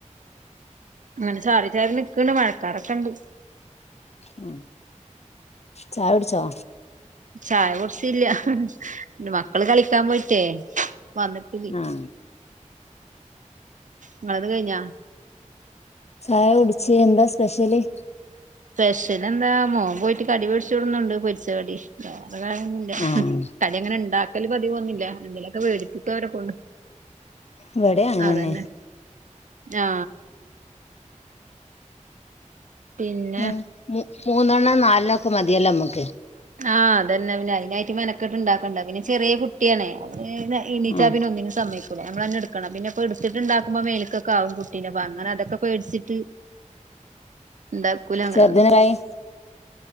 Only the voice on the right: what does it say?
അങ്ങനെ ചാറി ചാറി നിക്കണ്. മഴക്കാറൊക്കെണ്ട്.
ചായ കുടിച്ചില്ല. ഹ്ഹ്.. ഹ്ഹ് മക്കള് കളിക്കാൻ പോയിട്ടേയ് വന്നിട്ടില്ല.
ങ്ങൾത് കഴിഞ്ഞാ
സ്പെഷ്യൽ എന്താ മോൻ പോയിട്ട് കടി വെടിച്ചുകൊടന്ന്ണ്ട് പൊരിച്ചകടി <unintelligible> മ്മ്ഹ്...
കടി അങ്ങനെ ണ്ടാക്കല് പതിവോന്നില്ല. എന്തലൊക്കെ വേടിപ്പിക്കും അവരെ കൊണ്ട്.
അതന്നെ, ആ.... പിന്നെ
ആ അതന്നെ പിന്നെ അതിനായിട്ട് മെനക്കെട്ട് ഇണ്ടാക്കണ്ടെ. പിന്നെ ചെറിയെ കുട്ടിയാണേയ് <inaudible> എനീറ്റാ
പിന്നെ ഒന്നിനു സമയിച്ച് <inaudible> നമ്മള് തന്നെ എടുക്കണം. പിന്നെ ഇപ്പൊ എടുത്തിട്ട്ണ്ടാക്കുമ്പോ മേലേക്ക് ആകും കുട്ടീനെ, അങ്ങനെ അതൊക്കെപേടിച്ചിട്ട്. ണ്ടാകൂല അങ്ങനൊന്നും.